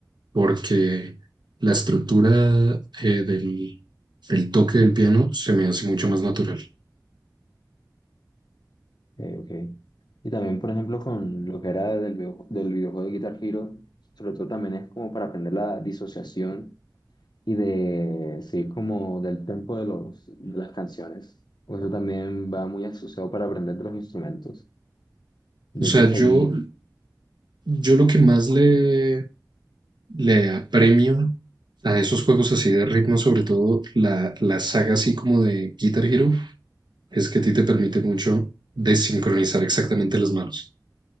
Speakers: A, on the right; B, on the left.
A: porque la estructura eh, del, el toque del piano se me hace mucho más natural.
B: ok, ok. Y también, por ejemplo, con lo que era del, video- del videojuego de Guitar Hero, sobre todo también es como para aprender la disociación y de seguir como del tempo de, los, de las canciones. O eso también va muy asociado para aprender de los instrumentos. desde
A: O sea,
B: seguir.
A: yo, yo lo que más le, le apremio a esos juegos así de ritmo, sobre todo la, la saga así como de Guitar Hero, es que a ti te permite mucho desincronizar exactamente las manos.